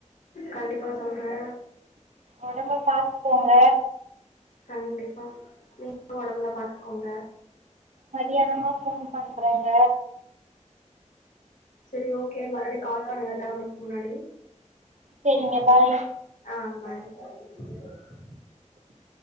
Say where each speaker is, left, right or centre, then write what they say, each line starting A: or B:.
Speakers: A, on the left (about 75°); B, on the right (about 65°).
A: கண்டிப்பா சொல்றே
B: ஒடம்ப பாத்துக்கோங்க
A: கண்டிப்பா நீங் <unintelligible> ஒடம்புலா பாத்துக்கோங்க
B: மதியானமா ஃபோன் பண்றங்க
A: சேரி ஓகே மறுப்டி கால் பண்ணுங்க கெளம்புற்த்துக்கு முன்னாடி
B: சேரிங்க பாய்
A: ஆ <unintelligible>